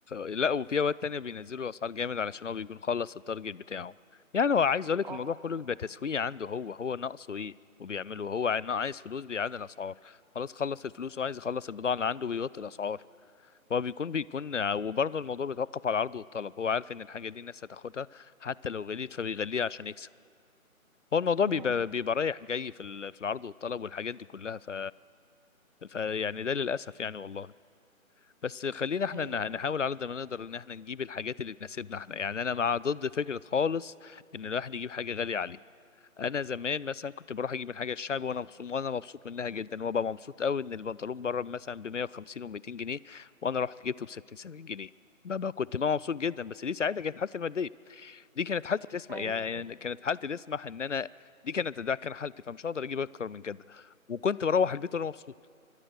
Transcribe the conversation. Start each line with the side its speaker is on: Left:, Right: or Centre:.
Left: لا وفي اوقات تانية بينزلوا الاسعار جامد علشان هو بيكون خلص التارجت بتاعه يعني هو عايز اقول لك
Right: اه
Left: الموضوع كله بيبقى تسويق عنده هو هو ناقصه ايه وبيعمله هو عايز عايز فلوس بيعلي الاسعار خلاص خلص الفلوس وعايز يخلص البضاعة اللي عنده بيوطي الاسعار هو بيكون بيكون وبرضه الموضوع بيتوقف على العرض والطلب هو عارف ان الحاجة دي الناس هتاخدها حتى لو غليت فبيغليها عشان يكسب هو الموضوع
Right: مم.
Left: بيبقى بيبقى رايح جاي في ال- في العرض والطلب والحاجات دي كلها ف... ف يعني ده للاسف يعني والله بس خلينا احنا
Right: ايوه
Left: نح- نحاول على قد ما نقدر ان احنا نجيب الحاجات اللي تناسبنا احنا يعني انا مع ضد فكره خالص ان الواحد يجيب حاجه غاليه عليه انا زمان مثلا كنت بروح اجيب الحاجه الشعبي وانا مبسوط وانا مبسوط منها جدا وابقى مبسوط قوي ان البنطلون بره مثلا ب 150 و200 جنيه وانا رحت جبته ب 60 70 جنيه بابا كنت بقى مبسوط جدا بس دي ساعتها كانت حالتي الماديه دي كانت حالتي تسمح
Right: ايوه
Left: يعني
Right: ايوه
Left: كانت حالتي تسمح ان انا دي كانت ده كان حالتي فمش هقدر اجيب اكتر من كده وكنت بروح البيت وانا مبسوط